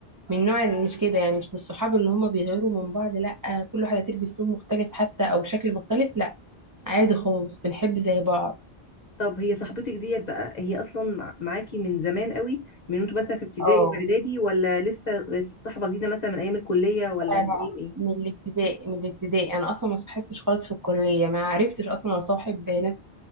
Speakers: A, on the right; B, on the left.
A: من نوع ال- مش كده يعني مش من الصحاب اللي هم بيغيروا من بعض لا كل واحدة تلبس لون مختلف حتى أو شكل مختلف لا عادي خالص بنحب زي بعض
B: طب هي صاحبتك ديت بقى هي اصلا مع- معاكي من زمان قوي من انتوا مثلا في ابتدائي
A: اه
B: واعدادي ولا لسه صاحبه جديده مثلا من ايام الكليه ولا
A: فأنا
B: من ايام ايه
A: من الابتدائي من الابتدائي أنا أصلا ما صاحبتش خالص في الكلية ما عرفتش أصلا أصاحب ناس